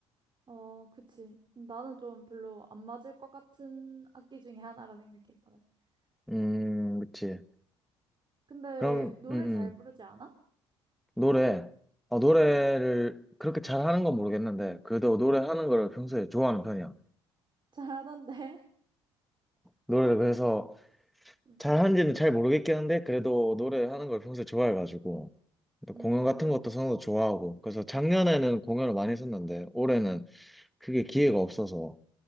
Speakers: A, on the right; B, in the centre.
A: 어, 그치. 나는 좀 별로 안 맞을 것 같은 악기 중에 하나라 생각했거든.
B: 음
A: 그래서
B: 그치.
A: 근데
B: 그럼
A: 노래
B: 음, 음.
A: 잘 부르지 않아?
B: 노래 어, 노래를
A: 응,
B: 그렇게 잘하는 건 모르겠는데 그래도 노래하는 거를 평소에 좋아하는 편이야.
A: 잘하던데.
B: 노래를 그래서
A: <laughs>
B: 잘하는지는 잘 모르겠긴 한데 그래도 노래를 하는 걸 평소에 좋아해가지고 또
A: 응,
B: 공연 같은 것도
A: 음,
B: 선호도 좋아하고 그래서 작년에는 공연을 많이 했었는데 올해는 그게
A: 음,
B: 기회가 없어서